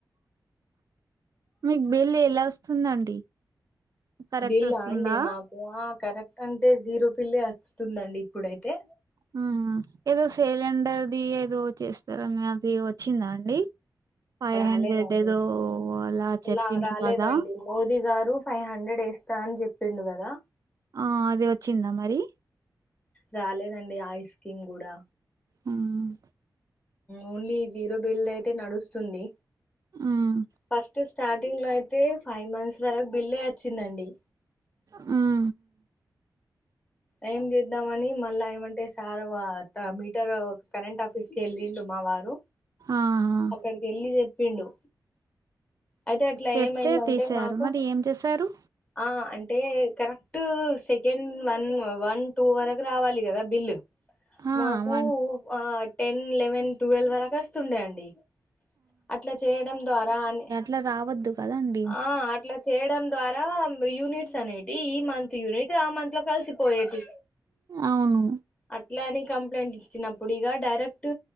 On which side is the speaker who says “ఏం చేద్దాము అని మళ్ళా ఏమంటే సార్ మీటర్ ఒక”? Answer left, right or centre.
Left